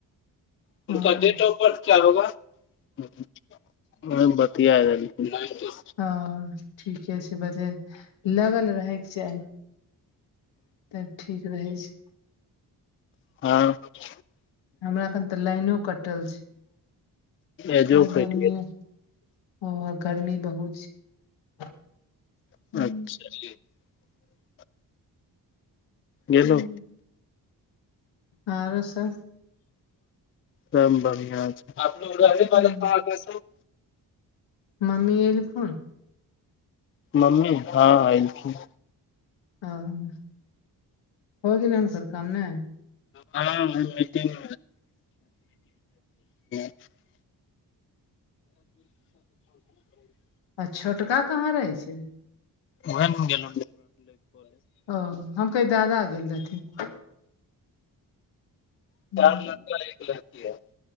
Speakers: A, on the left; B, on the left.
A: <unintelligible>
B: हँ
A: <unintelligible>
B: हऽ ठीके छै बज लगल रहे केँ चाही तब ठीक रहै छै
A: <unintelligible>
B: हमरा अखन तऽ लाइनो कटल छै
A: एजो
B: <inaudible>
A: कटि
B: गर्मियो ओ गर्मी बहुत छै
A: <unintelligible>
B: हूँ
A: गेलो
B: हु <inaudible> आरो सब
A: सब बड़ियाँ छै
B: हँ
A: <unintelligible>
B: मम्मी एलखुन
A: मम्मी हँ हँ एलखिन
B: हँ हो गेलै हुनकर काम नहि
A: हँ मटिंग <unintelligible>
B: आ छोटका कहाँ रहै छै।
A: उएहन गेल
B: ओ हम कहै दादा गेल रहथिन
A: <unintelligible>
B: हूँ,